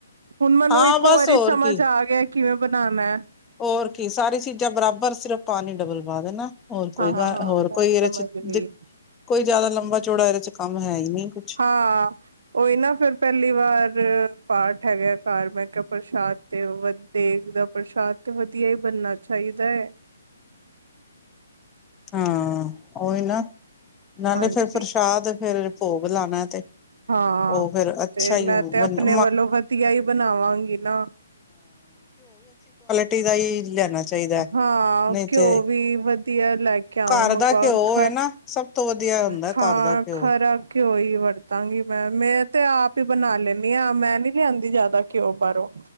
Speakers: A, on the right; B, on the left.
A: ਹੁਣ ਮੈਨੂੰ
B: ਹਾਂ
A: ਇੱਕੋ
B: ਬਸ
A: ਵਾਰੀ
B: ਹੋਰ
A: ਸਮਝ
B: ਕੀ
A: ਆ ਗਿਆ ਕਿਵੇਂ ਬਣਾਉਣਾ ਹੈ
B: ਹੋਰ ਕੀ ਸਾਰੀ ਚੀਜ਼ਾਂ ਬਰਾਬਰ ਸਿਰਫ ਪਾਣੀ ਡਬਲ ਪਾ ਦੇਣਾ ਹੋਰ ਕੋਈ
A: ਹਾਂ
B: ਗ
A: ਹਾਂ ਹਾਂ
B: ਹੋਰ
A: ਮੈਂ
B: ਕੋਈ ਇਹਦੇ
A: ਸਮਝ
B: ਚ
A: ਗਈ
B: ਕੋਈ ਜ਼ਿਆਦਾ ਲੰਬਾ ਚੌੜਾ ਇਹਦੇ ਚ ਕੰਮ ਹੈ ਹੀ ਨਹੀਂ ਕੁਛ
A: ਹਾਂ ਉਹੀ ਨਾ ਫੇਿਰ ਪਹਿਲੀ ਵਾਰ ਪਾਠ ਬੈਠਾ ਗਿਆ ਘਰ ਮੈਂ ਕਿਹਾ ਪ੍ਰਸ਼ਾਦ ਤੇ ਵ ਦੇਖਦਾ ਪ੍ਰਸ਼ਾਦ ਤੇ ਵਧੀਆ ਹੀ ਬਣਨਾ ਚਾਹੀਦਾ ਹੈ
B: ਹਾਂ ਉਹੀ ਨਾ ਨਾਲੇ
A: ਹਾਂਜੀ
B: ਫਿਰ ਪ੍ਰਸ਼ਾਦ ਫਰ ਭੋਗ ਲਾਣਾ ਤੇ
A: ਹਾਂ
B: ਉਹ ਫੇਰ ਅੱਛਾ
A: ਤੇ
B: ਹੀ
A: ਮੈਂ ਤੇ
B: ਬਣ
A: ਆਪਣੇ ਵੱਲੋਂ ਵਧੀਆ ਹੀ ਬਣਾਵਾਂਗੀ ਨਾ
B: ਟੀ ਦਾ ਹੀ ਲੈਣਾ ਚਾਹੀਦਾ ਹੈ
A: ਹਾਂ
B: ਨਹੀਂ
A: ਘਿਓ
B: ਤੇ
A: ਵੀ ਵਧੀਆ ਲੈ ਕੇ ਆਵਾਂ
B: ਘਰ
A: ਮੰਗਵਾ
B: ਦਾ ਘਿਓ
A: ਖ
B: ਹੈ ਨਾ ਸਭ ਤੋਂ ਵਧੀਆ ਹੁੰਦਾ
A: ਖਾਂ
B: ਘਰ ਦਾ ਘਿਓ
A: ਖਰਾ ਘਿਓ ਹੀ ਵਰਤਾਂਗੀ ਮੈਂ ਮੈਂ ਤੇ ਆਪ ਹੀ ਬਣਾ ਲੈਂਦੀ ਹਾਂ ਮੈਂ ਨੀ ਲਿਆਂਦੀ ਜਿਆਦਾ ਘਿਓ ਬਾਹਰੋਂ